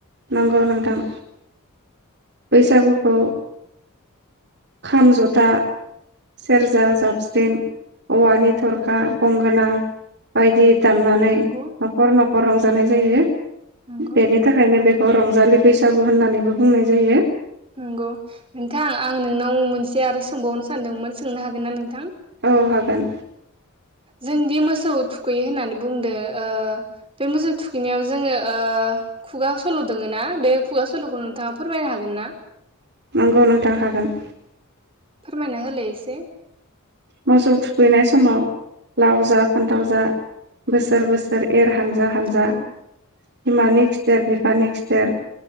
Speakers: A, on the right; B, on the right.
A: नंगौ नोंथां। बैसागुखौ खाम, जथा, सेरजा, जाबस्रिं औवानि थरखा गंगोना बायदि--। दामनानै
B: नंगौ
A: नखर नखर गरंजानाय जायो।
B: नंगौ
A: बेनि थाखायनो बे अ रंजालि बैसागु होननानैबो बुंनाय--। जोङो।
B: नंगौ नोंथां आं नोंनाव मोनसे आरो सोंबावनो सानदोंमोन सोंनो हागोनना नोंथां?
A: औ हागोन।
B: जोंदि मोसौ थुखैयो होननानै बुंदो ओ बे मोसौ थुखैनायाव जोङो ओ खुगा सल दोङना बे खुगा सलखौ नोंथाङा फोरमायनो हागोन ना?
A: नंगौ नोंथां हागोन।
B: फोरमायना होलाय इसे।
A: मोसौ थुखैनाय समाव लाव जा फान्थाव जा बोसोर बोसोर ए एर हानजा हानजा।
B: नंगौ
A: बिमानि खिथेर बिफानि खिथेर